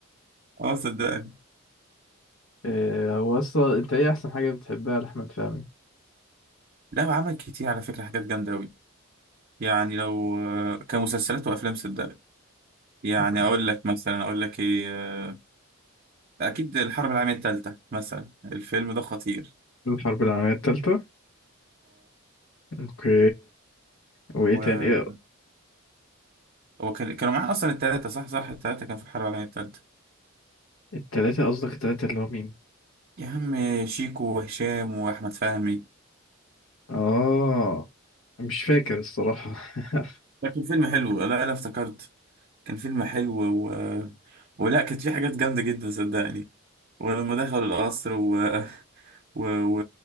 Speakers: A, on the right; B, on the left.
A: اه صدقني
B: إيه هو اصلا انت ايه احسن حاجة بتحبها لأحمد فهمي
A: لا وعمل كتير على فكرة حاجات جامدة أوي يعني لو آه، كمسلسلات وأفلام صدقني يعني
B: اوكي
A: أقول لك مثلا أقول لك إيه آه، أكيد الحرب العالمية التالتة مثلا الفيلم ده خطير
B: الحرب العالمية التالتة اوكي وايه
A: اه
B: تاني ايه
A: هو كان كانوا معاه اصلا التلاتة صح صح التلاتة كانوا في الحرب العالمية التالتة
B: التلاتة قصدك التلاتة اللي هو مين
A: يا عم شيكو وهشام واحمد فهمي
B: اه مش فاكر الصراحة <laughs>
A: ده كان فيلم حلو لا لا افتكرت كان فيلم حلو و... ولا كانت في حاجات جامدة جدا صدقني ولما دخلوا القصر و... <laughs> و... و...